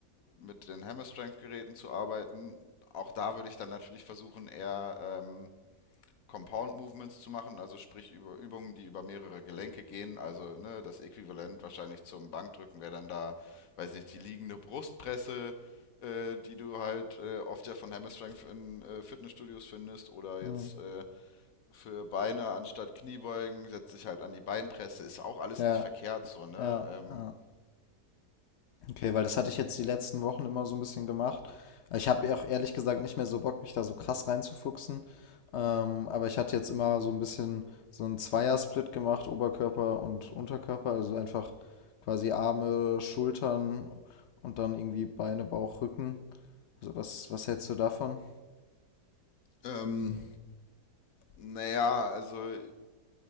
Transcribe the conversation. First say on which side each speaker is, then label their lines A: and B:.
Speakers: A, on the left; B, on the left.
A: mit den Hammer Strength Geräten zu arbeiten. Auch da würde ich dann natürlich versuchen, eher ähm, Compound Movements zu machen, also sprich über Übungen, die über mehrere Gelenke gehen. Also ne, das Äquivalent wahrscheinlich zum Bankdrücken wäre dann da, weiß nicht, die liegende Brustpresse, äh, die du halt äh, oft ja von Hammer Strength in äh, Fitnessstudios findest oder
B: Mhm.
A: jetzt äh, für Beine anstatt Kniebeugen setzt sich halt an die Beinpresse. Ist auch alles
B: Ja,
A: nicht verkehrt so, ne?
B: ja,
A: Ähm,
B: ja. Okay, weil das hatte ich jetzt die letzten Wochen immer so ein bisschen gemacht. Ich habe auch ehrlich gesagt nicht mehr so Bock, mich da so krass reinzufuchsen. Ähm, aber ich hatte jetzt immer so ein bisschen so 'n Zweiersplit gemacht, Oberkörper und Unterkörper, also einfach quasi Arme, Schultern und dann irgendwie Beine, Bauch, Rücken. Also was was hältst du davon?
A: ähm, naja, also